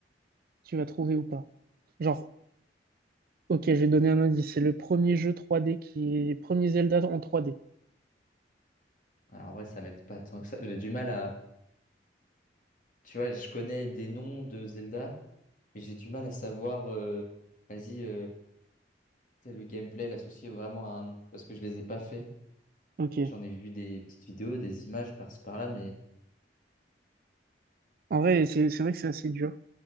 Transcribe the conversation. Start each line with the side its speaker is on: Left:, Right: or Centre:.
Right: tu vas trouver ou pas? Genre Ok, je vais donner un indice. C'est le premier jeu 3D qui est... Premier Zelda en 3D.
Left: Ah, en vrai, ça m'aide pas tant que ça. J'ai du mal à, Tu vois, je connais des noms de Zelda, mais j'ai du mal à savoir, euh, vas-y, euh, tu le gameplay, l'associer vraiment à un nom, parce que je les ai pas faits.
Right: Ok.
Left: J'en ai vu des petites vidéos, des images par-ci par-là, mais
Right: En vrai, c'est c'est vrai que c'est assez dur.